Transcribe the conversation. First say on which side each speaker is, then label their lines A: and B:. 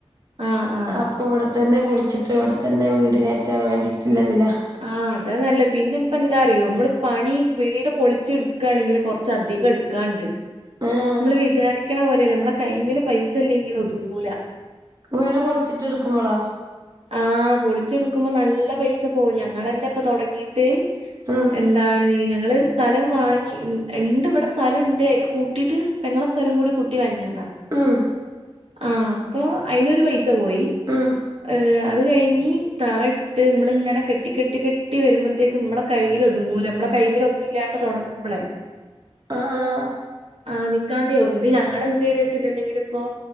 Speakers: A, on the right; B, on the right.
A: ആ. ആ.
B: അപ്പൊ ഇവട് തന്നെ പൊളിച്ചിട്ട് വടെത്തന്നെ വീട് കേറ്റാൻ വേണ്ടിട്ടുള്ള തിലാ.
A: ആഹ് അതാ നല്ല. പിന്നെ ഇപ്പ എന്താ അറിയോ നമ്മള് പണി വീട് പൊളിച്ച് എടുക്കാണെങ്കിൽ കൊറച്ചധികം ഇട് ക്കാണ്ട്.
B: ഏഹ്
A: നമ്മള് വിചാരിക്കണ പോലെയല്ല നമ്മളെ കൈമല് പൈസ ഇല്ലെങ്കില് ഒതുങ്ങൂല
B: വീട് പൊളിച്ചിട്ട് എടുക്കുമ്പളോ
A: ആഹ് പൊളിച്ചെടുക്കുമ്പം നല്ല പൈസ പോവും. ഞങ്ങളന്നെ ഇപ്പൊ തൊടങ്ങീട്ട്
B: ഉം
A: എന്താണ് ഞങ്ങള് സ്ഥലം വാങ്ങി ഉം ഇണ്ട് ഇവടെ സ്ഥലംണ്ട് അയ്ല് കൂട്ടീട്ട് പെങ്ങളെ സ്ഥലം കൂടി കൂട്ടി വാങ്ങിയതാ
B: ഉം
A: ആഹ് അപ്പൊ അയിനൊരു പൈസ പോയി
B: ഉം
A: ഏഹ് അത് കഴിഞ്ഞി തറട്ട് നമ്മള് ഇങ്ങനെ കെട്ടി കെട്ടി കെട്ടി വരുമ്പത്തേക്കും നമ്മള കയ്യിലൊതുങ്ങൂല. നമ്മളെ കൈമൽ ഒന്നും ഇല്ലാണ്ട് തുടങ്ങുമ്പളെ.
B: ആഹ് ആഹ്
A: ആണ് ക്കാതെയാവും. ന്നട്ട് ഞങ്ങളെന്തെയ്ത് വെച്ചിട്ടുണ്ടെങ്കിൽ ഇപ്പോ